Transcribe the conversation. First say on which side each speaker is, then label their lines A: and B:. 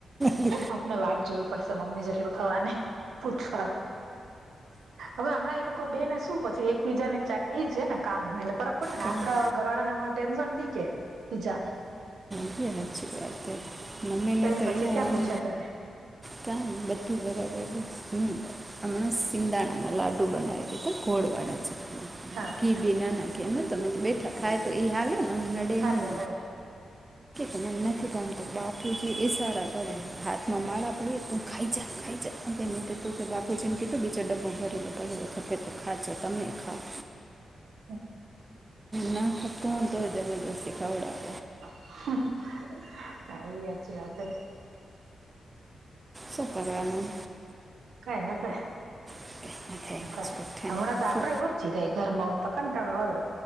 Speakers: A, on the right (about 20°); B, on the right (about 85°).
A: ને
B: આપને વાટ જોવી પડશે મમ્મી જેટલું થવાની પૂછ વારુ હવે અમના એ લોક કો બે ને શું પછી એક બીજા ની ચાક એ છે ને કામ એટલે ફરક પડે ને
A: કાંઈ
B: આપડા ઘરવાળાને આમ ટેન્શન કી કે જા
A: સાચી વાત છે, મમ્મીને
B: એ
A: તો
B: પછી
A: એવું
B: ક્યાં
A: આમ
B: પૂછા કરે
A: ક બધું બરાબર ન હમણા સિંગાણામાં લાડુ બનાવી દીધા, ગોડ વાળા છે.
B: હા.
A: બે નાના બેઠા ખાય તો, એ હાલનેમી
B: હાલે હોય
A: અને એમ નથી પામતો, બાપકી છે, એ સારા કરે, હાથમાં માળા પડી તો, હું ખાઈ જા. આ જે મે તું કે બાપુ જેમ કીધું, બીજો ડબ્બો ભરેલો, ક ખપે તો ખાજો તમે ખાવ.
B: <unintelligible>
A: ના, તો જબરજસ્ત ખાવડાવ
B: કઈયાછ વાત
A: શું કરેનું?
B: કઈ નથી
A: કંઈ ના થાય એમ
B: ક
A: જ બેઠા
B: હમણાં તો આપડે
A: ફો
B: વરચી ર ઘરમાં <unintelligible> કંટાળો આવે